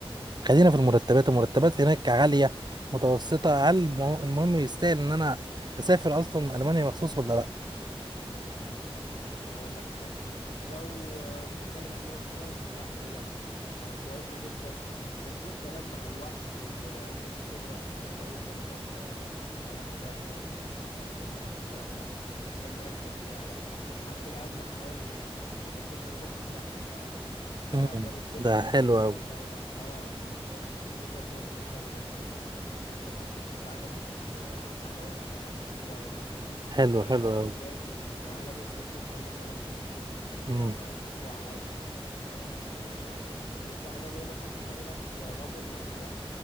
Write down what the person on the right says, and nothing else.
خلينا في المرتبات المرتبات هناك عالية متوسطة هل مه- المهم يستاهل ان انا اسافر اصلا المانيا مخصوص ولا لا
امم
ده
حلو قوي
حلو
حلو
قوي
امم